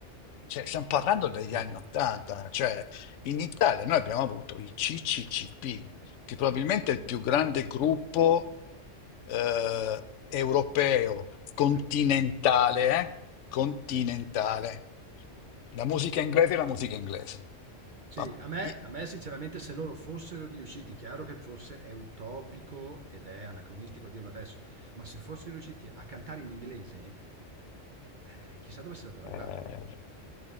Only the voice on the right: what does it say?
sì.
Sì.
Sì,
a me,
a me sinceramente se loro fossero riusciti, chiaro che forse è utopico ed è anacronistico dirlo adesso, ma se fossero riusciti a cantare in inglese, eh, chissà dove sarebbero
arrivati.